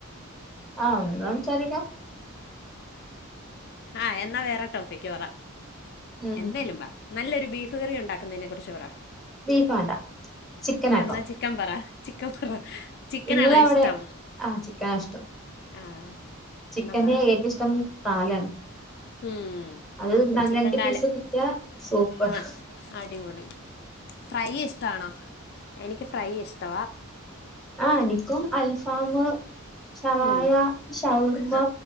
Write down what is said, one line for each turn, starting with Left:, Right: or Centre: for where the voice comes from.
Centre: ആ എന്നാ സംസാരിക്കാ
Left: ആ എന്നാ വേറെ ടോപ്പിക്ക് പറ,
Centre: ഉം
Left: എന്തേലും പറ നല്ലൊരു ബീഫ് കറി ഉണ്ടാകുന്നതിനെ കുറിച്ച് പറ.
Centre: ബീഫ് വേണ്ട ചിക്കൻ ആക്കാ
Left: എന്നാ ചിക്കൻ പറ. ചിക്കൻ പറ ചിക്കനാണോ
Centre: ഇങ്ങള് അവിടെ
Left: ഇഷ്ടം?
Centre: അ ചിക്കൻ ആണ് ഇഷ്ടം
Left: ആ
Centre: ചിക്കന്റെ
Left: എന്നാ പറ.
Centre: ഏറ്റവും ഇഷ്ടം കാലാണ്
Left: ഉം
Centre: <unintelligible>
Left: ചിക്കൻ കാല്
Centre: പീസ് കിട്ടിയ സൂപ്പറാ
Left: ആ അടിപൊളി. ഫ്രൈ ഇഷ്ടമാണോ എനിക്ക് ഫ്രൈസ്റ്റാ
Centre: ആഹ് എനിക്കും അൽഫാംമ് സവായ
Left: ഉം
Centre: ഷവർമ
Left: ആ